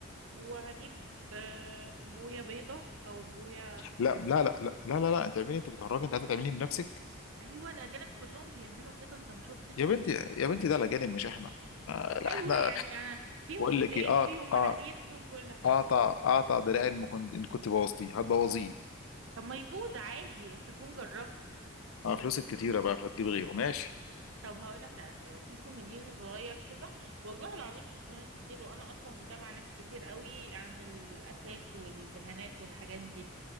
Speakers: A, on the right (about 65°); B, on the left (about 75°).
A: وهجيب آه، بوية بيضة او بوية
B: لا لا لا لا لا لا, لا. انت اعملي انت بتهرجي انت عايزه تعمليه بنفسك
A: ايوه الاجانب كلهم بيعملوا كده انت ما شفتش
B: يا بنتي يا بنتي ده الاجانب مش احنا آه لا
A: ايوه
B: احنا
A: يعني انا فيهم
B: بقول
A: ايدين
B: لك ايه
A: فيهم
B: اقطع
A: مناخير
B: آه
A: فيهم كل حاجة
B: اقطع اقطع دراعي ان كنت إن كنت بوظتيه هتبوظيه
A: طب ما يبوظ عادي بس اكون جربت
B: آه، فلوسك كتيره بقى هتجيب غيره ماشي
A: طب هقولك على حاجة في كوميديان صغير كده والله العظيم شفت ناس كتير وأنا أصلا متابعة ناس كتير قوي عن الأساس والدهانات والحاجات دي